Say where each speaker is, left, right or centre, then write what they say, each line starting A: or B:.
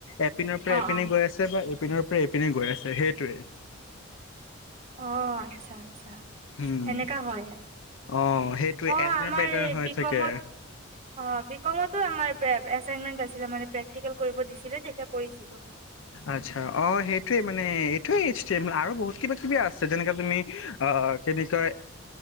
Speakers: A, on the left; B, on the right.
A: এপিনৰ পৰা
B: অ
A: এপিনে
B: অ
A: গৈ আছে বা এপিনৰ। এইপিনে গৈ আছ। সেইটোৱে
B: অ ', আচ্ছা। আচ্ছা,
A: উম
B: এনেকা হয়,
A: অ সেইটোৱে
B: অ',
A: এপিনৰ
B: আমাৰ
A: পৰা এপিনে হৈ
B: বি
A: থাকে
B: কমত, অ ', বি কমতো আমাৰ পে ', এছাইনমেণ্ট আছে। <unintelligible> প্ৰেক্টিকেল কৰিব দিছিলে যেতিয়া কৰিছিলো।
A: আচ্ছা', অ', সেইটোয়ে মানে, এইটোয়ে ষ্টেম আৰু বহুত কিবা কিবি আছে যেনেকাে তুমি অ', কেনেকৈ,